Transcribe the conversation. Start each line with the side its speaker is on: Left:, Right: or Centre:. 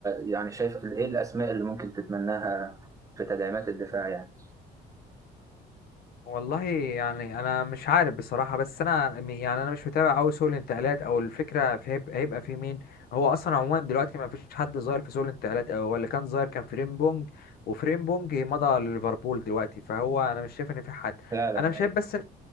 Right: يعني شايف إيه الأسماء اللي ممكن تتمناها في تدعيمات الدفاع يعني
Left: والله يعني انا مش عارف بصراحه بس انا م- يعني انا مش متابع قوي سوق الانتقالات او الفكره في هيب- هيبقى في مين هو اصلا عموما دلوقتي ما فيش حد ظاهر في سوق الانتقالات أوي، هو اللي كان ظاهر كان فريمبونج وفريمبونج مضى لليفربول دلوقتي فهو انا مش شايف ان في حد
Right: فعلا
Left: انا شايف
Right: أيوه
Left: بس